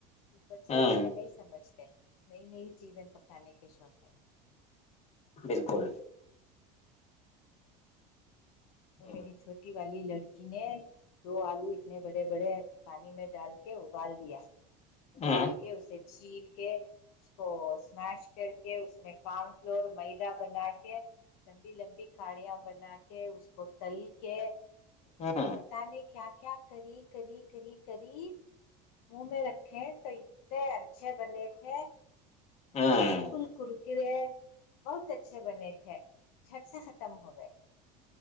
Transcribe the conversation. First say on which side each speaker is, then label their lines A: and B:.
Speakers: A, on the left; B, on the left.
A: بچے
B: ہوں
A: یہ نہیں سمجھتے نئی نئی چیزیں پسانے کے شوق ہے
B: بالکل
A: تو
B: ہوں
A: میری چھوٹی والی لڑکی نے دو آلو اتنے بڑے بڑے پانی میں ڈال کے ابال دیا ابال
B: ہوں
A: کے اسے چھیل کے اس کو اسمیش کر کے اس میں کن فلور میدا بنا کے لی لمبی کاڑیاں بنا کے اس کو تل کے
B: ہاں <inaudible>
A: بتا نے کیا کیا کری کری کری کری منہ میں رکھیں تو تھ اچھے بنے تھے
B: ہوں
A: بالکل کرکرے بہت اچھے بنے تھے جھٹ سے ختم ہو گئے